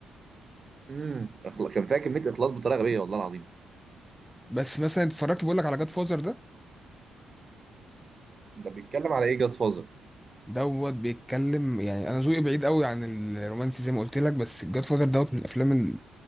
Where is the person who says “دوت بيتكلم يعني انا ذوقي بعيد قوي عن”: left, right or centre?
Centre